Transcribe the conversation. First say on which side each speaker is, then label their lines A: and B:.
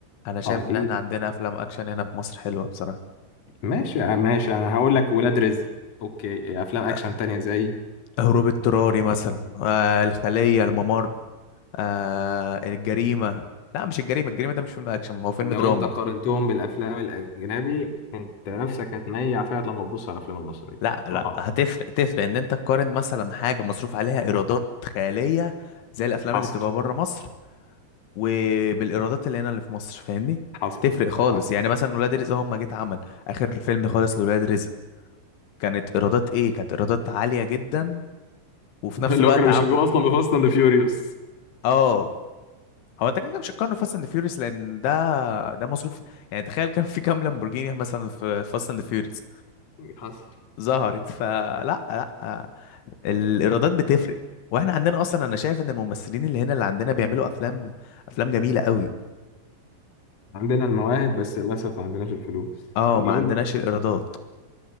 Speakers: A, on the left; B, on the left.
A: انا شايف
B: آه اكيد
A: ان احنا عندنا افلام اكشن هنا في مصر حلوه بصراحه
B: ماشي ماشي انا هقول لك ولاد رزق اوكي افلام اكشن
A: آه،
B: تانية زي
A: هروب اضطراري مثلا آه الخليه الممر آه الجريمه لا مش الجريمه الجريمه ده مش فيلم اكشن ما هو فيلم
B: لو
A: دراما
B: انت قارنتهم بالافلام الاجنبي انت نفسك هتميع فعلا لما تبص على الافلام المصريه
A: لا لا
B: ضعف
A: هتفرق تفرق ان انت تقارن مثلا حاجه مصروف عليها ايرادات خياليه زي الافلام
B: حصل
A: اللي بتبقى بره مصر وبالايرادات اللي هنا اللي في مصر فاهمني
B: حصل
A: تفرق خالص
B: حصل
A: يعني مثلا ولاد رزق هم جيت عمل اخر فيلم خالص لولاد رزق كانت ايرادات ايه كانت ايرادات عاليه جدا وفي
B: <laughs>
A: نفس
B: اللي
A: الوقت
B: هو كانوا
A: عملوا
B: بيشبهوه اصلا بفاست اند فيوريوس
A: اه هو انت كده كده مش هتقارنه فاست اند فيوريوس لان ده ده مصروف يعني تخيل كان في كام لامبورجيني مثلا في فاست اند فيوريوس
B: حصل
A: ظهرت فلا لا الايرادات بتفرق واحنا عندنا اصلا انا شايف ان الممثلين اللي هنا اللي عندنا بيعملوا افلام افلام جميله قوي
B: عندنا المواهب بس للأسف ما عندناش الفلوس
A: اه
B: لو
A: ما عندناش الايرادات